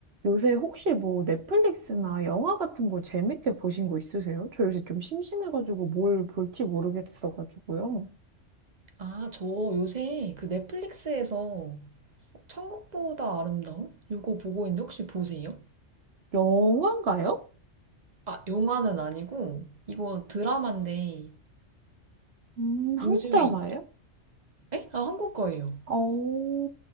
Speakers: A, on the right; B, on the right.
A: 요새 혹시 뭐 넷플릭스나 영화 같은 거 재밌게 보신 거 있으세요? 저 요새 좀 심심해가지고 뭘 볼지 모르겠어가지고요.
B: 아, 저 요새 그 넷플릭스에서 천국보다 아름다운? 요거 보고 있는데 혹시 보세요?
A: 영화인가요?
B: 아, 영화는 아니고 이거 드라마인데
A: 음, 한국
B: 요즘에
A: 드라마예요?
B: 이- 에? 아, 한국 거예요.
A: 어,